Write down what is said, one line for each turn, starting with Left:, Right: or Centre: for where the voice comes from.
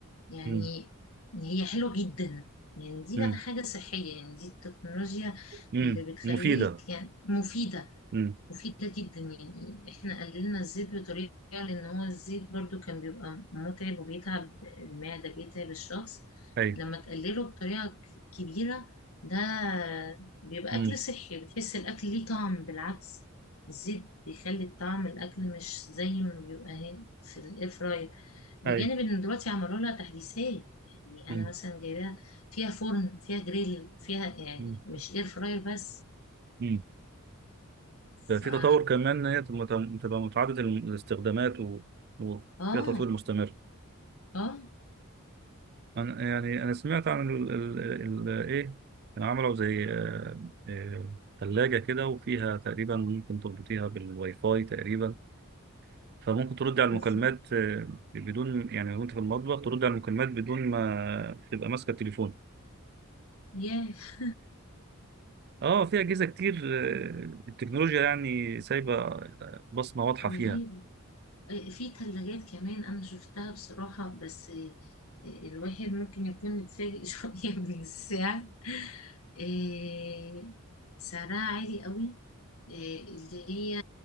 Left: يعني
Right: مم.
Left: هي حلوة جدا يعني دي
Right: مم.
Left: بقى حاجة صحية يعني دي التكنولوجيا
Right: مم.
Left: اللي بتخليك
Right: مفيده
Left: يعني مفيدة
Right: مم.
Left: مفيدة جدا يعني احنا قللنا الزيت بطريقة لان هو الزيت برضو كان بيبقى متعب وبيتعب المعدة بيتعب الشخص
Right: ايوه
Left: لما تقلله بطريقة ك- كبيرة ده بيبقى
Right: مم.
Left: أكل صحي بتحس الأكل ليه طعم بالعكس الزيت بيخلي الطعم الأكل مش زي ما بيبقى هي- في الإير فراير بجانب
Right: ايوه
Left: إن دلوقتي عملوا لها تحديثات يعني أنا
Right: مم.
Left: مثلا جايباها فيها فرن فيها جريل فيها يعني
Right: مم.
Left: مش إير فراير بس
Right: مم.
Left: فا
Right: في تطور كمان ان هي تبقى تبقى متعدده الاستخدامات و... وفيها
Left: آه
Right: تطوير مستمر
Left: اه
Right: أنا يعني أنا سمعت عن ال ال ال إيه كانوا عملوا زي آه، آه، تلاجة كده وفيها تقريبا ممكن تربطيها بالواي فاي تقريبا فممكن ترد على
Left: بالظبط
Right: المكالمات آه، بدون يعني لو أنت في المطبخ ترد على المكالمات بدون ما تبقى ماسكة التليفون
Left: ياه
Right: أه في أجهزة كتير آه، التكنولوجيا يعني سايبة آه، بصمة واضحة
Left: رهيب
Right: فيها
Left: آه، في ثلاجات كمان انا شفتها بصراحة بس آه، الواحد ممكن يكون متفاجئ <laughs> شوية من السعر آه، سعرها عالي قوي آه، اللي هي